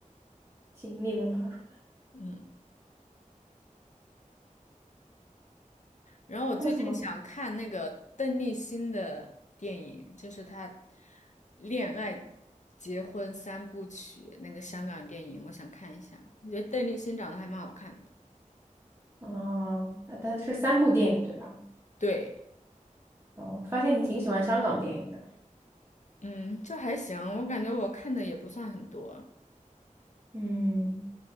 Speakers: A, on the right (about 20°); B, on the left (about 60°).
A: 井里面爬出来，
B: 嗯。然后我最近想看那个邓丽欣的电影，
A: 还有什么？
B: 就是她恋爱、结婚三部曲那个香港电影，我想看一下。我觉得邓丽欣长得还蛮好看的。
A: 哦，啊但是三部电影对吧？
B: 对，
A: 哦，发现你挺喜欢香港电影的。
B: 嗯，就还行。我感觉我看的也不算很多，
A: 嗯，